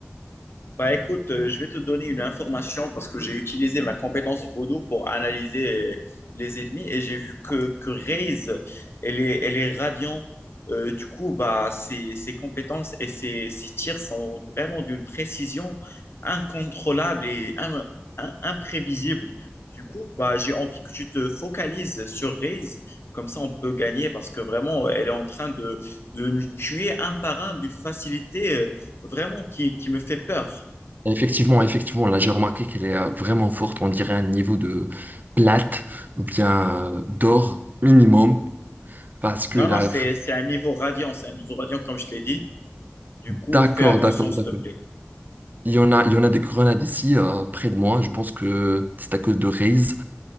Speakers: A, on the left; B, on the right.
A: Bah écoute, euh, je vais te donner une information parce que j'ai utilisé ma compétence Voodoo pour analyser euh, les ennemis et j'ai vu que, que Raze, elle est, elle est radiant. Euh, du coup, bah, ses, ses compétences et ses, ses tirs sont vraiment d'une précision incontrôlable et im- im- imprévisible. Du coup, bah, j'ai envie que tu te focalises sur Raze, comme ça on peut gagner parce que vraiment, elle est en train de, de nous tuer un par un d'une facilité euh, vraiment qui, qui me fait peur.
B: Et effectivement, effectivement, là, j'ai remarqué qu'elle est euh, vraiment forte. On dirait un niveau de plate ou bien euh, d'or minimum, parce que
A: Non,
B: là,
A: non, c'est,
B: f-
A: c'est un niveau radiant, c'est un niveau radiant comme je t'ai dit. Du coup,
B: D'accord,
A: fais attention,
B: d'accord,
A: s'il
B: d'accord.
A: te plaît.
B: Il y en a, il y en a des grenades ici, euh, près de moi. Je pense que c'est à cause de Raze.